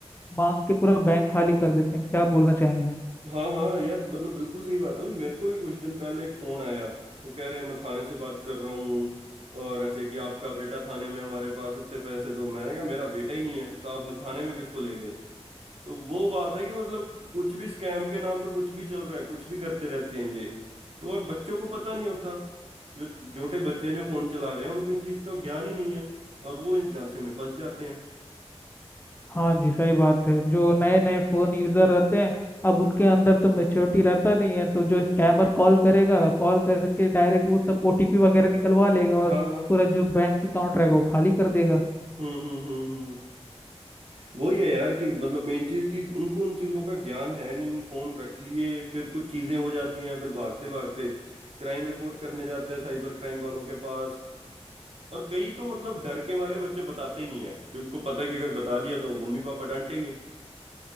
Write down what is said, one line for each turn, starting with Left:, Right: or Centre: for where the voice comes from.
Left: मांग के पूरा बैंक खाली कर देते हैं क्या बोलना चाहेंगे आप
Right: हाँ हाँ यार मतलब बिल्कुल सही बात है अभी मेरे को भी कुछ दिन पहले एक फोन आया तो कह रहे हैं मैं थाने से बात कर रहा हूँ और ऐसे कि आपका बेटा थाने में हमारे पास इतने पैसे दो मैंने कहा मेरा बेटा ही नहीं है तो आपने थाने में किसको ले गए तो वो बात है कि मतलब कुछ भी स्कैम के नाम पे कुछ भी चल रहा है कुछ भी करते रहते हैं ये तो और बच्चों को पता नहीं होता जो छोटे बच्चे हैं जो फोन चला रहे हैं उनको इन चीज का ज्ञान ही नहीं है और वो इस झांसे में फंस जाते हैं
Left: हाँ जी सही बात है जो नए नए फोन यूजर रहते हैं अब उनके अंदर तो मेच्योरिटी रहता नहीं है तो जो स्कैमर कॉल करेगा कॉल करके डायरेक्ट वो सब ओटीपी वगैरह निकलवा लेगा और
Right: हाँ
Left: पूरा जो बैंक अकाउंट रहेगा वो खाली कर देगा
Right: हम्म हम्म हम्म हम्म वही है यार कि मतलब मेन चीज कि उनको उन चीजों का ज्ञान है नहीं फोन रख लिए फिर कुछ चीजें हो जाती हैं फिर भागते भागते क्राइम रिपोर्ट करने जाते हैं साइबर क्राइम वालों के पास और कई तो मतलब डर के मारे बच्चे बताते ही नहीं है कि उनको पता है कि अगर बता दिया तो मम्मी पापा डांटेंगे